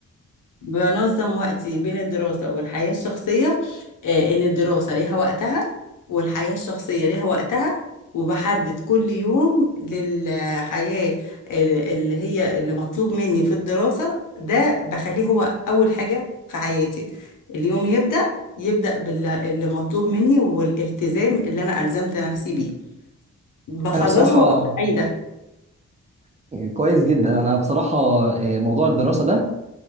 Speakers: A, on the left (about 70°); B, on the right (about 20°).
A: بنظم وقتي بين الدراسة والحياة الشخصية آه، إن الدراسة ليها وقتها والحياة الشخصية ليها وقتها وبحدد كل يوم للحياة ال- اللي هي اللي مطلوب مني في الدراسة ده بخليه هو أول حاجة في حياتي اليوم يبدأ يبدأ باللي مطلوب مني والالتزام اللي أنا ألزمت نفسي بيه بخلصه
B: انا بصراحة
A: ببقى سعيدة
B: كويس جدا انا بصراحة إيه، موضوع الدراسة ده